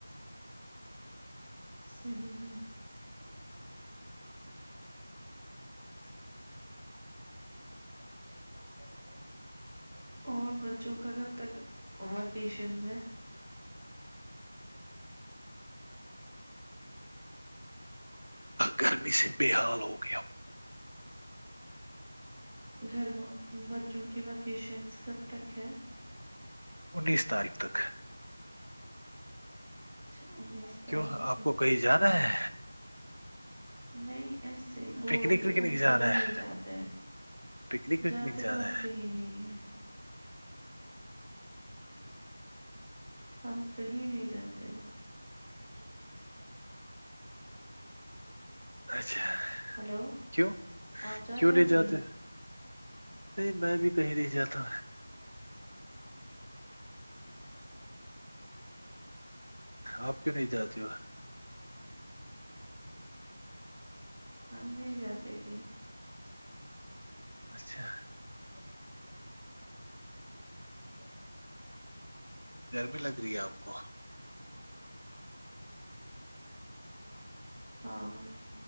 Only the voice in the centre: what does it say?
صحیح میں مارکیٹ میں یہ <unintelligible> آ گیا ہے جس سے اور بچوں کا کب تک ویکیشن ہے
گھر میں بچوں کی ویکیشنس کب تک ہے
اچھا
تاریخ
تک
نہیں ایسے ہی بول
رہی ہو
ہم
کہیں نہیں
جاتے ہیں
جاتے
تو ہم کہیں نہیں ہیں ہم کہیں نہیں جاتے ہے ایک سو تین لاک
ہلو
آپ
ہو
کہیں
<inaudible>
ہم نہیں جاتے کہیں
<unintelligible>
ہاں